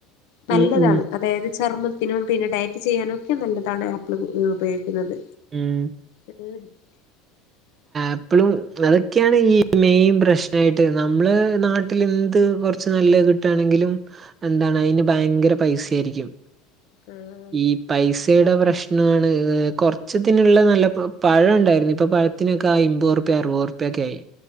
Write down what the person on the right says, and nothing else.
ഉം ഉം
ഉം
അപിളും അതൊക്കെയാണ് ഈ മെയിൻ പ്രശ്നയിട്ട് നമ്മള് നാട്ടിൽ എന്ത് കുറച്ച് നല്ല അത് കിട്ടുവാണെങ്കിലും എന്താണ് അതിന് ഭയങ്കര പൈസ ആയിരിക്കും
ഈ പൈസയുടെ പ്രശ്നം മാണ് കൊറച്ചത്തിനുള്ള നല്ല പഴം ഉണ്ടായിരുന്നു ഇപ്പൊ ത്തിനൊക്കെ അമ്പത് റുപിയ അറുപത് റുപിയ ഒക്കെ ആയി